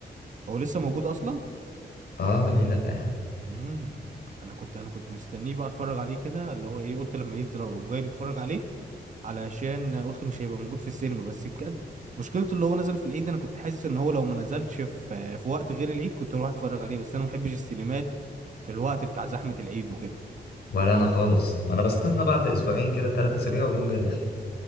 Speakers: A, on the right; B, on the left.
A: هو لسه موجود اصلا
B: اه ليه لا يعني
A: امم انا كنت انا كنت مستنيه بقى اتفرج عليه كده اللي هو ايه قلت لما ينزل اقوم جاي متفرج عليه علشان قلت مش هيبقى موجود في السينما بس بجد مشكلته اللي هو نزل في العيد انا كنت حاسس ان هو لو ما نزلش في في وقت غير العيد كنت اروح اتفرج عليه بس انا ما بحبش السينمات في الوقت بتاع زحمة العيد وكده
B: ولا انا خالص ما انا بستنى بعد اسبوعين كده ثلاث اسابيع واقوم جاي داخل